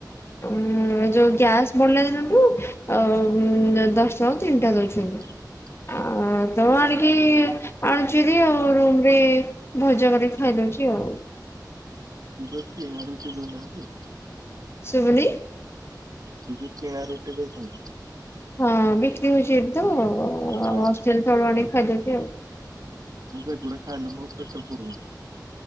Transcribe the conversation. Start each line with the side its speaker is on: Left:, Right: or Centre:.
Left: ଉଁ ଉଁ ଯୋଉ ଗ୍ୟାସ ବଢିଲା ଦିନଠୁ ଅ ଉଁ ଉଁ ଆ ଦଶ ଟଙ୍କାରେ ତିନିଟା ଦଉଛନ୍ତି।
Right: <unintelligible>
Left: ଆ ଆ ଆ ତମ ଆଣିକି, ଆଣୁଚି ହାରି, ଆଉ ରୁମ୍ ରେ ଭଜା କରିକି ଖାଇଦଉଚି ଆଉ।
Right: ଯୋଉ କିଣା ରୁଟି ଦଉନାହାନ୍ତି
Left: ଶୁଭୁନି?
Right: ଯୋଉ ଯୋଉ କିଣା ରୁଟି ଦଉଚନ୍ତି
Left: ହଁ ଅଁ ବିକ୍ରି ହଉଚି ଏଇଠି ତ, ଅ ଅ
Right: ହଁ
Left: ହଷ୍ଟେଲ ତଳୁ ଆଣିକି ଖାଇ ଦଉଚି ଆଉ।
Right: ମୁଁ ସେଗୁଡା ଖାଇଲେ ମୋ ପେଟ ପୁୁରୁନି।